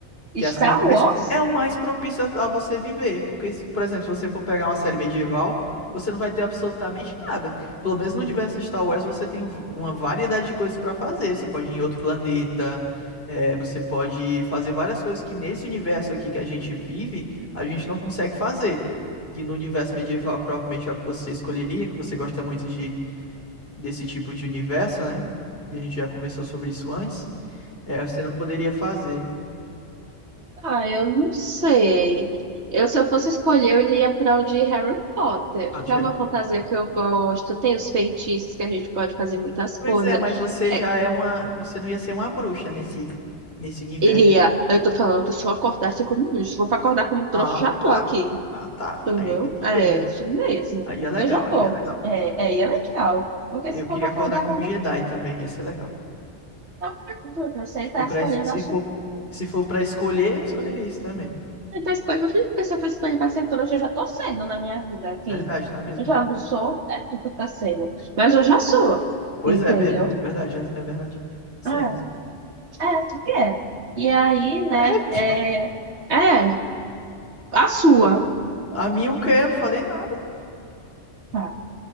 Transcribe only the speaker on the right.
Star
Wars?
Ah, eu não sei. Eu, se eu fosse escolher, eu iria para o de Harry Potter,
que
é uma fantasia que eu gosto. Tem os feitiços que a gente pode fazer muitas
coisas.
É,
iria, eu tô falando que se eu acordasse como bruxo, se for para acordar como um trouxa,
já tô
aqui,
entendeu?
É,
isso mesmo.
Eu já tô.
É, é, e é legal. Porque
se for
para acordar
como.
um,
Não, eu
estar
escolhendo
a
Ele faz coisa, meu filho, porque se eu fiz para pra ser trouxa, eu já tô sendo na minha vida aqui.
Eu já não sou, é tu que tá sendo. Mas eu já sou,
entendeu?
Ah,
é, tu quer. E aí, né,
é, é, a sua.
Tá.